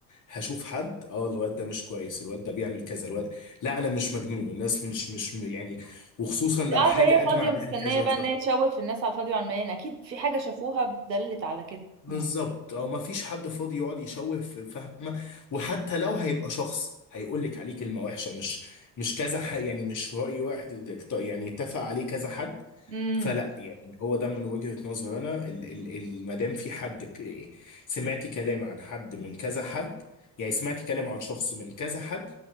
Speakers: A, on the left; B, on the right.
A: هشوف حد اه الواد ده مش كويس الواد ده بيعمل كذا الواد لا انا مش مجنون الناس مش مش يعني وخصوصا لو
B: قاعدة
A: حاجه
B: هي
A: اجمع
B: فاضية
A: عليها
B: مستنية
A: كذا
B: بقى
A: شخص
B: ان هي تشوه في الناس على الفاضي وعلى المليان اكيد في حاجة شافوها دلت على كده
A: بالظبط
B: امم
A: اه مفيش حد فاضي يقعد يشوه في فاهمه وحتى لو هيبقى شخص هيقول لك عليه كلمه وحشه مش مش كذا حد يعني مش راي واحد يعني اتفق عليه كذا حد
B: أمم.
A: فلا يعني هو ده من وجهة نظري انا ال- ال- ال- ما دام في حد ك- سمعتي كلام عن حد من كذا حد يعني سمعتي كلام عن شخص من كذا حد